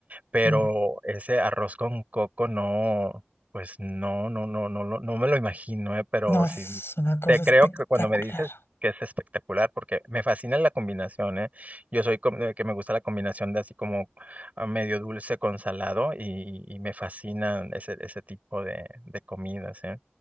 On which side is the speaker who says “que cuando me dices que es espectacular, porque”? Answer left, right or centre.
Right